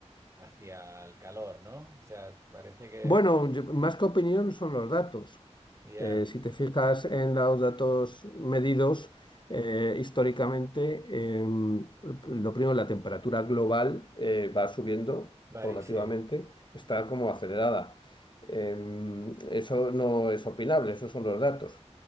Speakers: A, on the right; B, on the left.
A: hacia el calor, ¿no? O sea, parece que
B: Bueno, yo- más que opinión son los datos.
A: ya,
B: Eh, si te fijas en los datos medidos eh, históricamente, eh, lo primero, la temperatura global eh, va subiendo
A: vale,
B: paulativamente,
A: sí,
B: está como acelerada. Eh, eso no es opinable, esos son los datos.